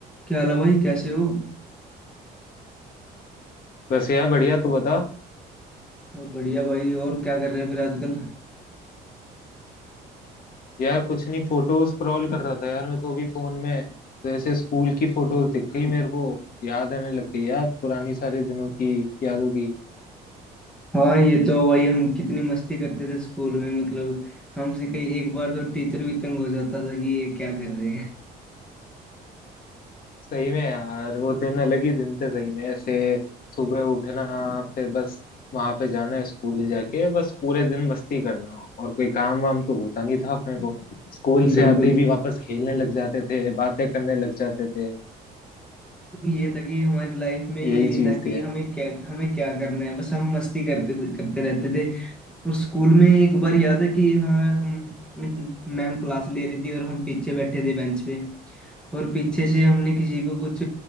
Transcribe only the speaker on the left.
बस यार बढ़िया तू बता
यार कुछ नहीं फोटो स्क्रॉल कर रहा था यार मैं तो अभी फोन में तो ऐसे स्कूल की फोटोज दिख गई मेरे को याद आने लग गई यार पुरानी सारे दिनों की यादों की
सही में यार वो दिन अलग ही दिन थे सही में ऐसे सुबह उठना फिर बस वहां पे जाना स्कूल जाके बस पूरे दिन मस्ती करना और कोई काम वाम तो होता नहीं था अपने को स्कूल
से आते
ही भी वापस खेलने लग जाते थे बातें करने लग जाते थे
यही
चीज
थी